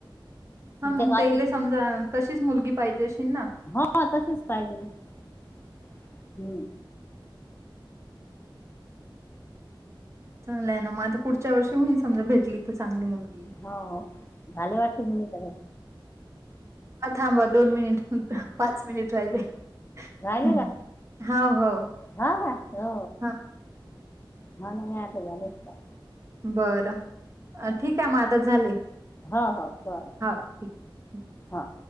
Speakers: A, on the right (about 35°); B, on the left (about 25°).
A: हा
B: तुमच्या
A: मग
B: गावाची
A: ते इले समजा तशीच मुलगी पाहिजे ना
B: हा तसेच पाहिजे हम्म
A: चांगला आहे ना मग आता पुढच्या वर्षी होईन समजा भेटली तर चांगली मुलगी
B: हो झाले वाटते मुी क
A: हा थांबा दोन मिनिट पाच मिनिट राहिले
B: राहिलं
A: हम्म
B: का
A: हो हो
B: हा हा हो
A: हा
B: हा नाही आता झालंच का
A: बरं ठीक आहे मग आता झाले
B: हा हा बय
A: हा ठीक आहे
B: हा